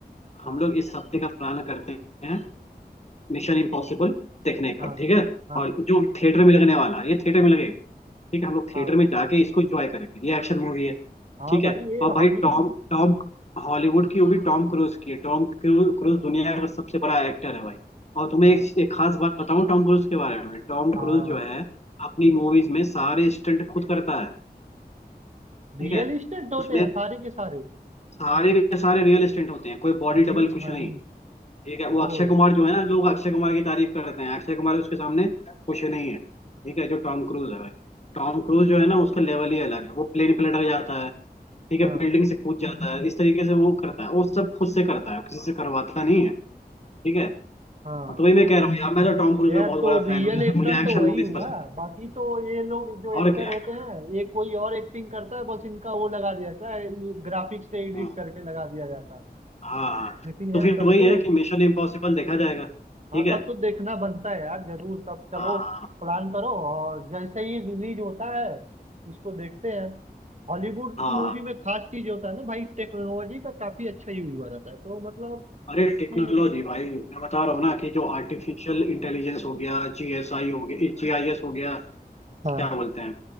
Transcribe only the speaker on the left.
हम लोग इस हफ्ते का प्लान करते हैं मिशन इम्पॉसिबल देखने का
ठीक है
और जो थिएटर में लगने वाला है ये थिएटर में लगेगा ठीक है हम लोग
थिएटर में जाके इसको एंजॉय करेंगे ये एक्शन मूवी है
ठीक
है
और भाई
टॉम टॉम हॉलीवुड की वो भी टॉम क्रूज की है टॉम क्रूज क्रूज दुनिया का सबसे बड़ा एक्टर है भाई और तुम्हें
एक, एक खास बात बताऊं टॉम क्रूज के बारे में टॉम
क्रूज जो है अपनी मूवीज में सारे स्टंट खुद करता है
ठीक है
उसमें
सारे के सारे रियल स्टंट होते हैं कोई बॉडी
डबल कुछ
नहीं ठीक है
वो अक्षय कुमार जो है ना लोग अक्षय कुमार की तारीफ करते हैं अक्षय कुमार उसके सामने कुछ नहीं है ठीक है जो टॉम क्रूज है भाई टॉम क्रूज जो है ना उसका लेवल ही अलग है वो प्लेन पे लटक जाता है ठीक है
बिल्डिंग से कूद जाता है इस तरीके से वो करता है वो सब खुद से करता है किसी से करवाता नहीं है ठीक है
हाँ, तो वही मैं कह रहा हूँ यार मैं तो टॉम क्रूज
का बहुत
बड़ा
फैन हूँ यार
मुझे एक्शन
मूवीज
पसंद है
और क्या
है
हाँ
हाँ हाँ।
तो
फिर
वही
है कि मिशन इम्पॉसिबल देखा जाएगा ठीक
है
हाँ हाँ
हाँ
हाँ
अरे
टेक्नोलॉजी भाई मैं बता रहा हूँ ना कि जो आर्टिफिशियल इंटेलिजेंस हो गया जीएसआई हो गया जीआईएस हो गया
क्या बोलते हैं